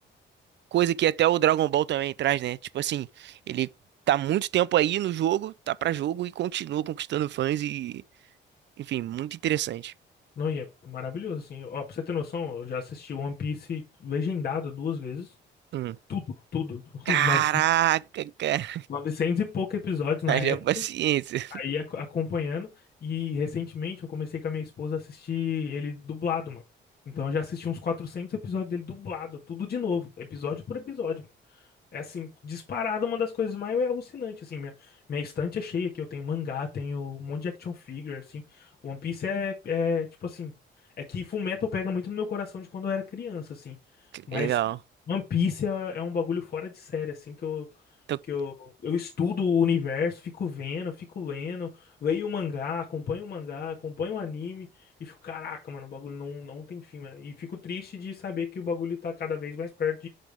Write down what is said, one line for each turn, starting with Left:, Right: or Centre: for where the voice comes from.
Right: coisa que até o Dragon Ball também traz, né? Tipo assim, ele tá muito tempo aí no jogo, tá pra jogo e continua conquistando fãs e, enfim, muito interessante.
Left: Não, e é maravilhoso, assim. Ó, pra você ter noção, eu já assisti One Piece legendado duas vezes.
Right: Hum.
Left: Tudo, tudo.
Right: Caraca,
Left: <laughs> 900
Right: cara,
Left: 900 e poucos episódios
Right: <laughs>
Left: na
Right: haja
Left: época.
Right: paciência.
Left: Aí ac- acompanhando. E recentemente eu comecei com a minha esposa a assistir ele dublado, mano. Então eu já assisti uns 400 episódios dele dublado, tudo de novo, episódio por episódio. É assim, disparado uma das coisas mais alucinantes, assim, minha, minha estante é cheia aqui, eu tenho mangá, tenho um monte de action figure, assim, One Piece é, é tipo assim, é que Fullmetal pega muito no meu coração de quando eu era criança, assim, mas
Right: Legal.
Left: One Piece é, é um bagulho fora de série, assim, que eu,
Right: Então,
Left: que eu, eu estudo o universo, fico vendo, fico lendo, leio o mangá, acompanho o mangá, acompanho o anime, e fico, caraca, mano, o bagulho não, não tem fim, mano, e fico triste de saber que o bagulho tá cada vez mais perto